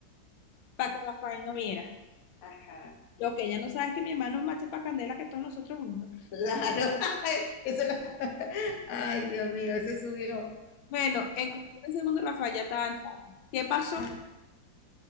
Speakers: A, on the left; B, on the left.
A: para que Rafael no viera.
B: ajá,
A: Lo que ella no sabe es que mi hermano es mache para candela que todos nosotros juntos.
B: claro, <laughs> Ay, eso lo- <laughs> ay, Dios mío, ese subió.
A: Bueno, en cuestión de segundos Rafael ya estaba entrando. ¿Qué pasó?
B: Ah,